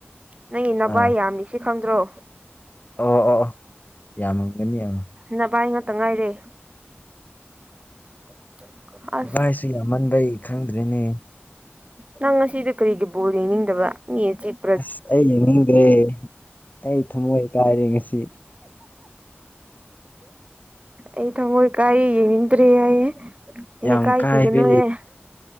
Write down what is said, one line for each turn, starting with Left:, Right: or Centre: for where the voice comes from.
Right: ꯅꯪ ꯅꯕꯥꯏ
Left: ꯑꯥ
Right: ꯌꯥꯝꯃꯤꯁꯤ ꯈꯪꯗ꯭ꯔꯣ
Left: ꯑꯣ ꯑꯣ ꯑꯣ ꯌꯥꯝꯃꯝꯒꯅꯤ ꯌꯥꯝꯉ
Right: ꯅ ꯚꯥꯏ ꯉꯥꯛꯇ ꯉꯥꯏꯔꯦ <inaudible> ꯑꯁ
Left: ꯏꯚꯥꯏꯁꯨ ꯌꯥꯝꯃꯟꯕꯩ ꯈꯪꯗ꯭ꯔꯤꯅꯦ
Right: ꯅꯪ ꯉꯁꯤꯗꯤ ꯀꯔꯤꯒꯤ ꯕꯣꯔ ꯌꯦꯡꯅꯤꯡꯗꯕ ꯃꯤ ꯏꯖꯤꯞ
Left: ꯑꯁ ꯑꯩ ꯌꯦꯡꯅꯤꯡꯗ꯭ꯔꯦ ꯑꯩ ꯊꯃꯣꯏ ꯀꯥꯏꯔꯦ ꯉꯁꯤ
Right: ꯑꯩ ꯊꯃꯣꯏ ꯀꯥꯏꯔꯤ ꯌꯦꯡꯅꯤꯡꯗ꯭ꯔꯦ ꯍꯥꯏꯑꯦ
Left: ꯌꯥꯝ
Right: ꯍꯦ ꯀꯥꯏꯈꯤꯒꯅꯨꯍꯦ
Left: ꯀꯥꯏꯔꯦ